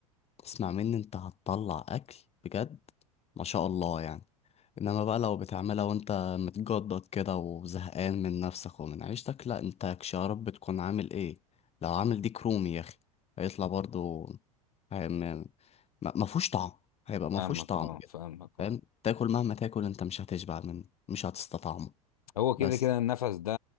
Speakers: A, on the left; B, on the left.
A: اسمع مني انت هتطلع اكل بجد ما شاء الله يعني انما بقى لو بتعملها وانت متجدد كده وزهقان من نفسك ومن عيشتك لا انت كشرب بتكون عامل ايه لو عامل ديك رومي يا اخي هيطلع برضو هي- ما ما- ما فيهوش طعم هيبقى ما
B: فاهمك
A: فيهوش طعم
B: أه
A: كده
B: فاهمك
A: فاهم
B: أه
A: تاكل مهما تاكل انت مش هتشبع منه مش هتستطعمه
B: هو كده
A: بس
B: كده النفس ده